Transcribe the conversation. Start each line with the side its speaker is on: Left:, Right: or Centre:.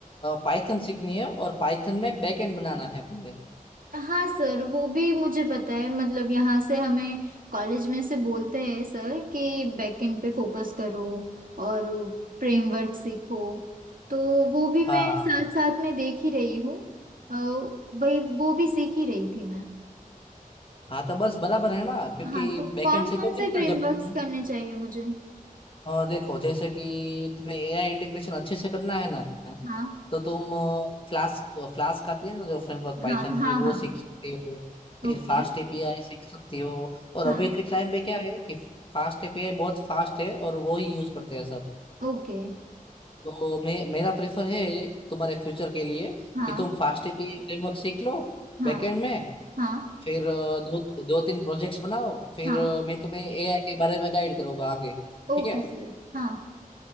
Left: पाइथन सीखनी है और पाइथन में बैकएंड बनाना है पहले
Right: हाँ सर वो भी मुझे पता है मतलब यहाँ से हमें कॉलेज में से बोलते हैं सर कि बैकएंड पे फोकस करो और फ्रेमवर्क सीखो तो वो भी मैं
Left: हाँ
Right: साथ साथ में देख ही रही हूँ अ, वही वो भी सीख ही रही थी मैं
Left: हाँ तो बस बराबर है ना क्योंकि
Right: हाँ तो
Left: बैकएंड
Right: कौन
Left: सीखोगे
Right: कौन से फ्रेमवर्क्स
Left: ना जब तुम
Right: करने चाहिए मुझे
Left: अ, देखो जैसे कि तुम्हें एआई इंटीग्रेशन अच्छे से करना है ना
Right: हाँ
Left: तो तुम फ्लास्क फ्लास्क आती है ना जो फ्रेमवर्क पाइथन
Right: हाँ हाँ
Left: की वो
Right: हाँ हाँ
Left: सीख सकती हो फिर
Right: ओके
Left: फास्ट एपीआई सीख सकती हो और
Right: हाँ
Left: अभी के टाइम पे क्या है कि फास्ट एपीआई बहुत फास्ट है और वो ही यूज करते हैं सब
Right: ओके
Left: तो मे, मेरा प्रेफर है तुम्हारे फ्यूचर के लिए
Right: हाँ
Left: कि तुम फास्ट एपीआई फ्रेमवर्क सीख लो
Right: हाँ
Left: बैकएंड में
Right: हाँ
Left: फिर अ, दो दो तीन प्रोजेक्ट्स बनाओ फिर
Right: हाँ
Left: अ, मैं तुम्हें एआई के बारे में गाइड करूंगा आगे
Right: Okay
Left: ठीक है
Right: sir हाँ